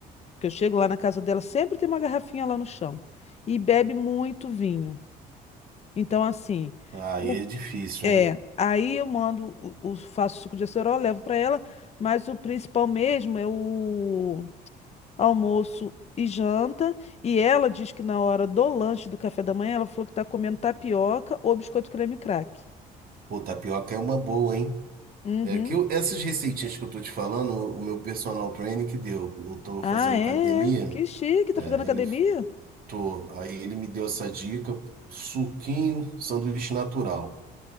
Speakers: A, on the left; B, on the right.
A: porque eu chego lá na casa dela, sempre tem uma garrafinha lá no chão. E bebe muito vinho. Então, assim,
B: Aí
A: o
B: é difícil,
A: É,
B: hein?
A: aí eu mando, o, o- faço suco de acerola, levo para ela, mas o principal mesmo é o almoço e janta. E ela diz que na hora do lanche do café da manhã, ela falou que tá comendo tapioca ou biscoito creme crack.
B: Pô, tapioca é uma boa, hein?
A: Uhum.
B: É que eu- essas receitinhas que eu tô te falando, o meu personal training que deu. Eu tô
A: Ah,
B: fazendo
A: é?
B: academia,
A: é. Que chique, tá
B: é,
A: fazendo academia?
B: ele Tô. Aí ele me deu essa dica: suquinho, sanduíche natural.